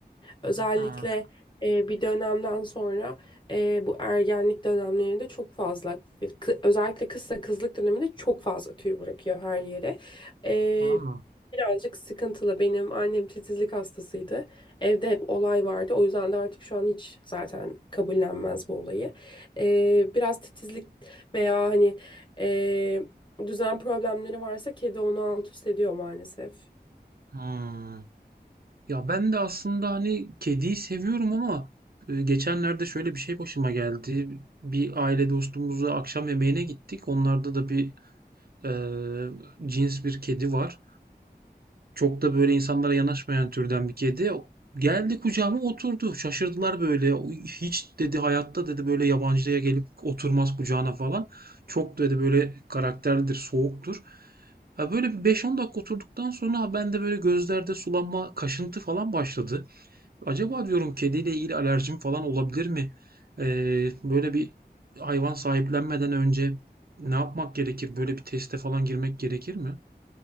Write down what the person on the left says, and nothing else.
Özellikle
e, bir dönemden sonra e, bu ergenlik dönemlerinde çok fazla ve kı- özellikle kızsa kızlık döneminde çok fazla tüy bırakıyor her yere. E,
birazcık sıkıntılı. Benim annem titizlik hastasıydı. Evde hep olay vardı. O yüzden de artık şu an hiç zaten kabullenmez bu olayı. E, biraz titizlik veya hani e, düzen problemleri varsa kedi onu alt üst ediyor maalesef.